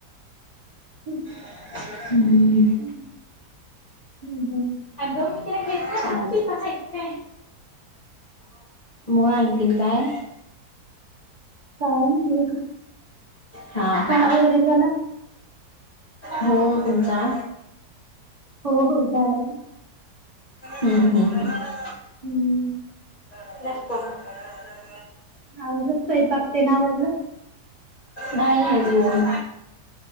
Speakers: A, on the right; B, on the left.
A: हं...
B: हम्म हम्म
A: हम्म हं....
B: अग मी ते छान- <inaudible> मग आनखीन काय?
A: काय नाही बघा
B: हा
A: चहा
B: हा
A: वगैरे झाला?
B: हो तुमचा?
A: हो हो झालाय.
B: हम्म हम्म हम्म
A: हम्म हम्म
B: <inaudible>
A: आवरलं, स्वयंपाक तेन आवरलं.
B: नाही अजून.